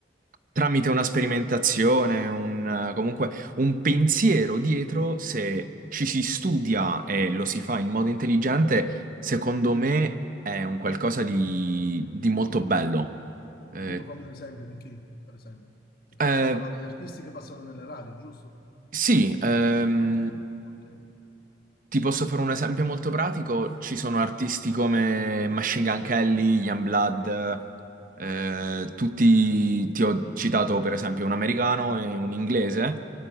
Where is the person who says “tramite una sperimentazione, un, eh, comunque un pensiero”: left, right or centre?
Right